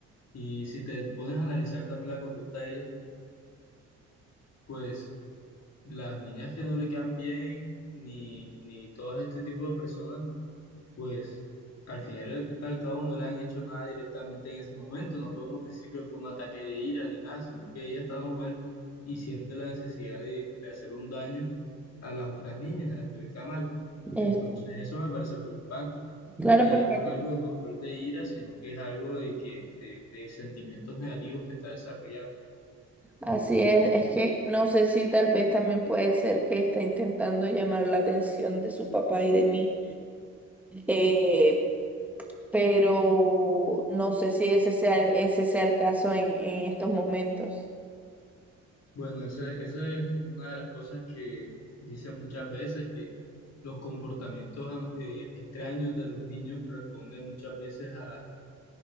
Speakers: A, on the left; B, in the centre.
A: Y si te pones a analizar también la conducta de ellas, pues las niñas que no le quedan bien, ni, ni todo este tipo de personas, pues al final y al cabo no le han hecho nada directamente en ese momento. No podemos decir que fue un ataque de ira ni nada, sino que ella está normal y siente la necesidad de, de hacer un daño a las otras niñas, a las que le queda mal.
B: Es-
A: Entonces eso me parece preocupante,
B: claro,
A: porque
B: porque
A: ya no es algo de control de ira, sino que es algo de, que, de de sentimientos negativos que está desarrollando.
B: así es, es que no sé si tal vez también puede ser que está intentando llamar la atención de su papá y de mí. eh, pero no sé si ese sea, el- ese sea el caso en, en estos momentos.
A: Bueno, esa, esa es una de las cosas que dicen muchas veces, que los comportamientos an- eh, extraños de los niños responden muchas veces a,